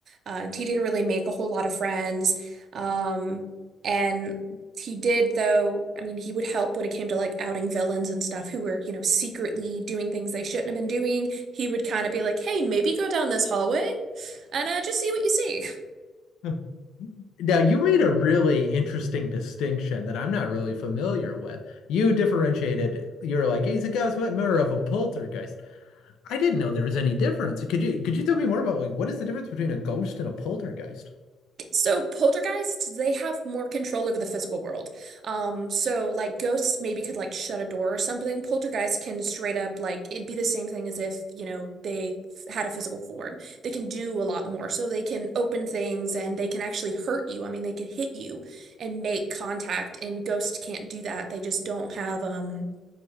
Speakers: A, on the right (about 65°); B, on the left (about 85°).
A: Uh, and he didn't really make a whole lot of friends. Um, and he did, though, I mean, he would help when it came to like outing villains and stuff who were, you know, secretly doing things they shouldn't have been doing. He would kind of be like, hey, maybe go down this hallway and uh, just see what you see.
B: <laughs> Now, you made a really interesting distinction that I'm not really familiar with. You differentiated, you're like, he's a ghost, but more of a poltergeist. I didn't know there was any difference. Could you could you tell me more about like what is the difference between a ghost and a poltergeist?
A: So poltergeists, they have more control over the physical world. Um, so like ghosts maybe could like shut a door or something. Poltergeists can straight up like it'd be the same thing as if, you know, they f- had a physical form. They can do a lot more. So they can open things and they can actually hurt you. I mean, they could hit you and make contact, and ghosts can't do that. They just don't have um